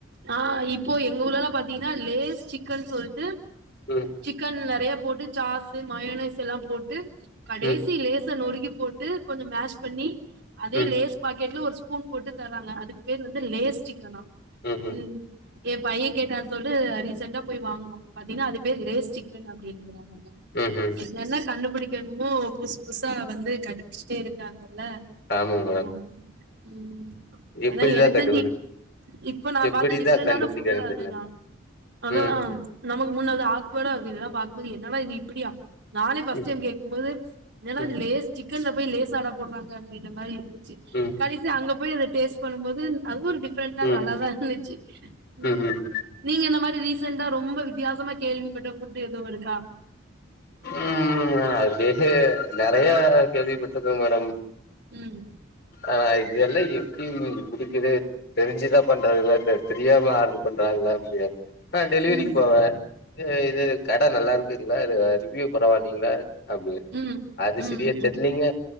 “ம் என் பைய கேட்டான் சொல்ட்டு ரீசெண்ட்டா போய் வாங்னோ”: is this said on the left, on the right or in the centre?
Right